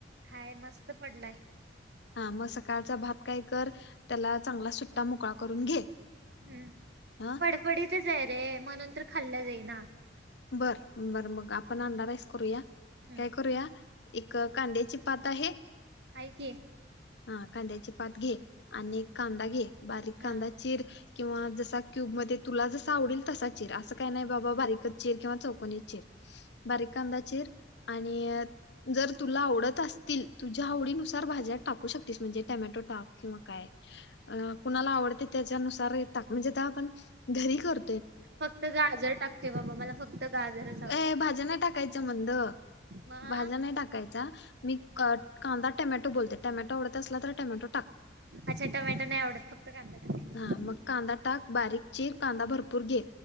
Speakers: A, on the right (about 60°); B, on the left (about 65°).
A: हाय मस्त पडलाय.
B: हा मग सकाळचा भात काही कर त्याला चांगला सुट्टा मोकळा करून घे.
A: हम्म
B: हा
A: फडफडीतच आहे रे म्हणून तर खाल्लं जाईना.
B: बर बर मग आपण अंडाराईस करूया.
A: हम्म
B: काय करूया? एक कांद्याची पात आहे.
A: हय कि.
B: हा कांद्याचे पात घे आणि एक कांदा घे बारीक
A: हा
B: कांदा चिर किंवा जसा क्यूब मध्ये तुला जसा आवडेल तसा चिर असं काय नाही बाबा बारीकच चीर किंवा चोकोनी चीर बारीक कांदा चिर आणि,
A: हम्म.
B: जरं तुला आवडतं असतील तुझ्यां आवडीनुसार भाज्यांत टाकूं शकतीस म्हणजे टमॅटो टांक किंवा कायं अ कुणांला आवडते त्यांच्यानुसारा हि टांक म्हणजे आपणं घरी करं
A: फक्तं गाजरं टाकते बाबां मला फक्तं गाजरं
B: अ भाज्यां नाहीं टाकायच्यां म्हणंद
A: मग
B: भाज्यां नाहीं टाकायचं. टाकायंचा मी कांदा टोमॅटो बोलते टोमॅटो आवडतं असलातरी टोमॅटो टांक
A: अच्छा टमॅटो नाही आवडत फक्त कांदा टाक
B: हा मंग कांदा टांक बारी चीर कांदा भरंपूर घे